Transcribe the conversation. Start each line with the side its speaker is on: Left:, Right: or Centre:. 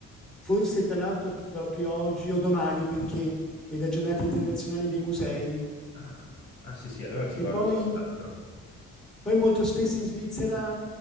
Centre: forse tra l'altro proprio oggi o domani, perché è la giornata internazionale dei musei.
Left: Ah, ah, sì, sì, allora ci
Centre: E
Left: guardo
Centre: poi
Left: senz'altro.
Centre: poi molto spesso in Svizzera